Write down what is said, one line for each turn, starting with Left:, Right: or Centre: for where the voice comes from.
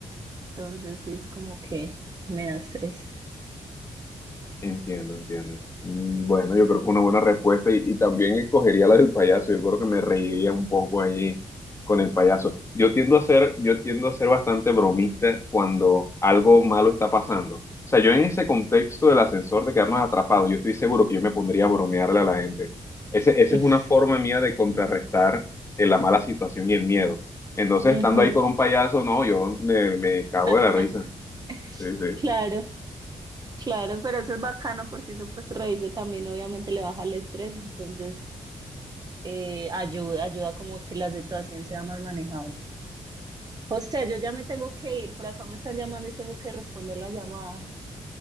Right: entonces sí es como que me da estrés.
Left: Entiendo, entiendo. Mm, Bueno, yo creo que es una buena respuesta y, y también escogería la del payaso. Yo creo que me reiría un poco ahí con el payaso. Yo tiendo a ser, yo tiendo a ser bastante bromista cuando algo malo está pasando. O sea, yo en ese contexto del ascensor de quedarnos atrapados, yo estoy seguro que yo me pondría a bromearle a la gente. Ese, esa
Right: <laughs>
Left: es una forma mía de contrarrestar eh, la mala situación y el miedo. Entonces, estando
Right: Ujú.
Left: ahí con un payaso, no, yo me, me cago
Right: <laughs>
Left: de la risa. Sí, sí.
Right: Claro, claro, pero eso es bacano porque eso pues reírse también obviamente le baja el estrés, entonces eh, ayuda, ayuda como que la situación sea más manejable. José, yo ya me tengo que ir, por acá me están llamando y tengo que responder la llamada.